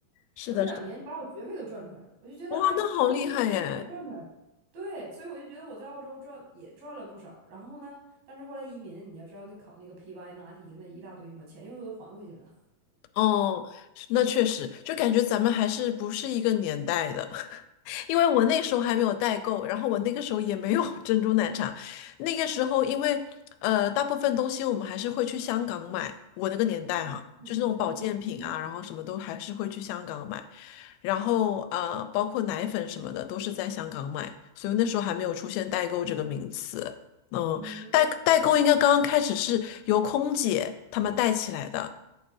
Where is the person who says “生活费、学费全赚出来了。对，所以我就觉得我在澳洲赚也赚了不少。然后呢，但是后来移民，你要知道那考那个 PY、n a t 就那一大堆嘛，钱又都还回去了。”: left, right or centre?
Right